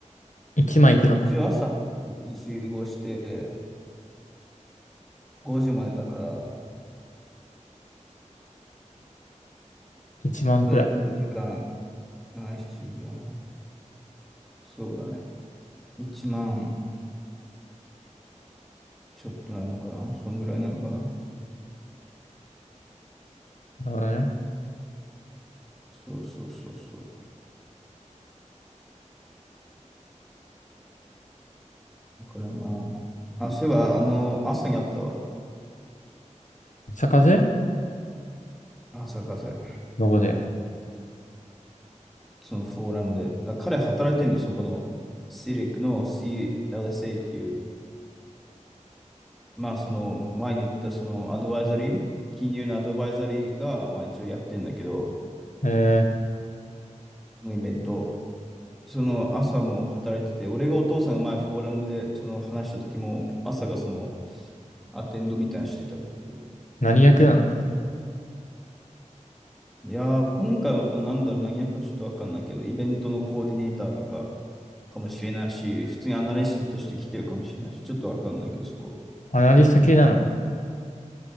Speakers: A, on the left (about 75°); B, in the centre.
A: ?1 万いくの。
B: う。一応朝、集合して、5時までだから、
A: 1万くらい。
B: 9時間、ま7時間。そうだね。1万ちょっとなのかなそんぐらいなのかな
A: なるほどね。
B: そうそうそうそう。だからまあ、あ、そういえば、あの、朝にあったわ。
A: 坂税
B: 朝風。
A: どこで
B: そのフォーラムで。あ彼働いてんの、そこの。シリックの CLSA っていう、まあその、前言ったそのアドバイザリー、金融のアドバイザリーが、まあ一応やってんだけど、
A: えー、
B: このイベント。その朝も働いてて、俺がお父さんが前フォーラムでその話した時も、朝がその、アテンドみたいなのしてたって。
A: 何役なの
B: いやー、今回はなんだろう、何役かちょっとわかんないけど、イベントのコーディネーターとかかもしれないし、普通にアナリストとして来てるかもしれないし、ちょっとわかんないけど、そこ。
A: アナリスト系なの